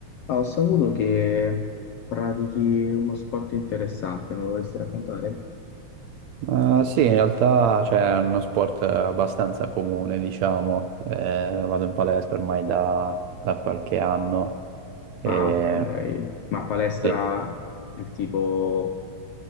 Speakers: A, on the left; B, on the right.
A: Ah, ho saputo che pratichi uno sport interessante, me lo vorresti raccontare?
B: Eh, sì, in realtà cioè, è uno sport abbastanza comune, diciamo. Eh, vado in palestra ormai da, da qualche anno. E,
A: Ah, ok. Ma palestra
B: sì,
A: del tipo,